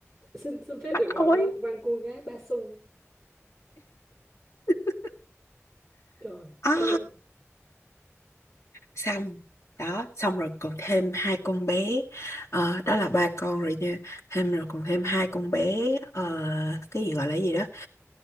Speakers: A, in the centre; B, on the left (about 70°).
A: xin xin phép
B: bắt
A: được gọi
B: ói
A: văn văn cô gái ba xu
B: <laughs>
A: trời
B: à.
A: ơi
B: xong đó xong rồi còn thêm hai con bé ờ, đó là ba con rồi nha thêm rồi còn thêm hai con bé ờ, cái gì gọi là cái gì đó